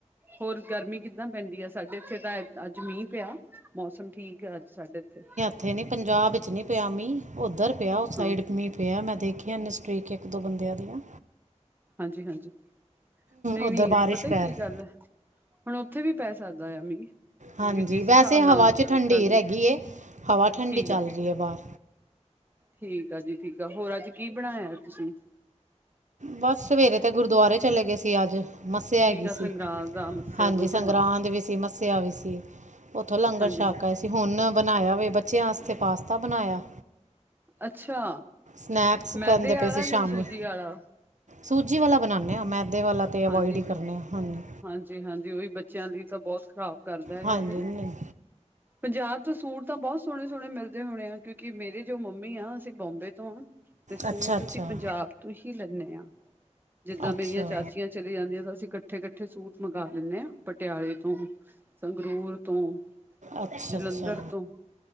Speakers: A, on the right; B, on the right.
A: ਹੋਰ ਗਰਮੀ ਕਿੱਦਾਂ ਪੈਂਦੀ ਹੈ। ਸਾਡੇ ਇੱਥੇ ਤਾਂ ਅੱਜ ਮੀਂਹ ਪਿਆ ਮੌਸਮ ਠੀਕ! ਅੱਜ ਸਾਡੇ ਇੱਥੇ
B: ਉੱਥੇ ਨੀ ਪੰਜਾਬ ਵਿੱਚ ਨਹੀ ਪਿਆ ਮੀਹ ਉੱਧਰ ਪਿਆ ਉਸ ਸਾਈਡ
A: ਹਾਂ
B: ਮੀਂਹ ਪਿਆ ਮੈਂ ਦੇਖਿਆ ਇੰਨੇ ਸਟਰੀਕ ਇੱਕ ਦੋ ਬੰਦਿਆਂ ਦੀਆਂ
A: ਹਾਂਜੀ-ਹਾਂਜੀ ਨਹੀਂ-ਨਹੀਂ
B: ਉਧਰ ਬਾਰਿਸ਼
A: ਪਤਾ ਹੀ
B: ਪੈ
A: ਕੀ
B: ਰਹੀ
A: ਗੱਲ ਏ ਹੁਣ ਉੱਥੇ ਵੀ ਪੈ ਸਕਦਾ ਆ ਮੀਂਹ ਕਿਉਂਕਿ
B: ਹਾਂਜੀ,
A: ਜਿਸ
B: ਵੈਸੇ
A: ਹਿਸਾਬ
B: ਹਵਾ
A: ਨਾਲ
B: ਚ ਠੰਡੀਰ
A: ਗਰਮੀ
B: ਹੈਗੀ ਏ, ਹਵਾ ਠੰਡੀ
A: ਠੀਕ
B: ਚੱਲ
A: ਆ।
B: ਰੀ ਐ ਬਾਰ।
A: ਠੀਕ ਆ ਜੀ ਠੀਕ ਆ ਹੋਰ ਅੱਜ ਕੀ ਬਣਾਇਆ ਤੁਸੀਂ।
B: ਬਸ ਸਵੇਰੇ ਤੇ ਗੁਰਦੁਆਰੇ ਚਲੇ ਗਏ ਸੀ ਆੱਜ। ਮੱਸਿਆ
A: ਠੀਕ
B: ਹੈਗੀ
A: ਆ
B: ਸੀ,
A: ਸੰਗਰਾਂਦ ਦਾ ਮੱਸਿਆ
B: ਹਾਂਜੀ
A: ਦੋਨੋਂ
B: ਸੰਗਰਾਂਦ
A: ਅੱਜ
B: ਵੀ ਸੀ ਮ ਸਿਆ ਵੀ ਸੀ, ਓੱਥੋਂ ਲੰਗਰ
A: ਹਾਂਜੀ
B: ਛਾਕ ਆਏ ਤੇ ਹੁਣ ਬਣਾਇਆ ਵੇ ਬੱਚਿਆਂ ਆਸਤੇ ਪਾਸਤਾ ਬਣਾਇਆ।
A: ਅੱਛਾ
B: ਸਨੈਕਸ
A: ਮੈਦੇ
B: ਕੈਂਦੇ ਪਏ
A: ਆਲਾ
B: ਸੀ ਸ਼ਾਮੀ।
A: ਜਾਂ ਸੂਜੀ ਆਲਾ
B: ਸੂਜੀ ਵਾਲਾ ਬਨਾਨੇ ਆ ਮੈਦੇ ਵਾਲਾ ਤੇ ਅਵੋਇਡ
A: ਹਾਂਜੀ-ਹਾਂਜੀ-ਹਾਂਜੀ
B: ਹੀ ਕਰਨੇ ਹਾਂ ਹਾਂਜੀ
A: ਉਓਹੀ ਬੱਚਿਆਂ ਲਈ ਤਾਂ ਬੋਤ ਖ਼ਰਾਬ ਕਰਦਾ ਐ
B: ਹਾਂਜੀ
A: ਏਹ।
B: ਨਹੀਂ
A: ਪੰਜਾਬ ਤੋਂ ਸੂਟ ਤਾਂ ਬੋਤ ਸੋਨੇ-ਸੋਨੇ ਮਿਲਦੇ ਹੋਨੇ ਆ ਕਿਓਂ ਕਿ ਮੇਰੇ ਜੋ ਮੰਮੀ ਆ ਅਸੀਂ ਬੋਂਬੇ ਤੋਂ ਆ ਤੇ ਸੂਟ
B: ਅੱਛਾ ਅੱਛਾ
A: ਅਸੀਂ ਪੰਜਾਬ ਤੋਂ ਹੀ ਲੈਣੇ ਆ ਜਿਦਾ
B: ਅੱਛਾ
A: ਮੇਰੀਆਂ ਚਾ ਚਲੇ ਜਾਂਦੀ ਆਂ ਤਾਂ ਅਸੀਂ ਕੱਠੇ-ਕੱਠੇ ਸੂਟ ਮੰਗਾ ਲੈਨੇ ਆ ਪਟਿਆਲੇ ਤੋਂ ਸੰਗਰੂਰ ਤੋਂ
B: ਅੱਛਾ
A: ਜਲੰਧਰ
B: ਅੱਛਾ
A: ਤੋਂ